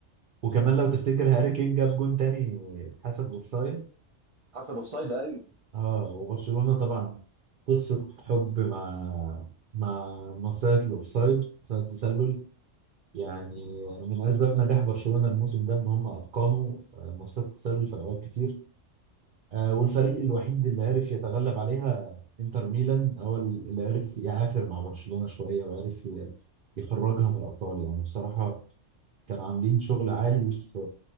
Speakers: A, on the right; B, on the right.
A: وكمان لو تفتكر هاري كين جاب جون تاني اتحسب اوفسايد
B: حسب اوفسايد ايوه
A: اه وبرشلونة طبعا قصة حب مع مع مصيدة الأوفسايد مصيدة التسلل يعني من أسباب نجاح برشلونة الموسم ده إن هم أتقنوا آه، مصيدة التسلل في أوقات كتير آه، والفريق الوحيد اللي عرف يتغلب عليها إنتر ميلان هو اللي عرف يعافر مع برشلونة شوية وعرف ي- يخرجها من الأبطال يعني بصراحة كانوا عاملين شغل عالي في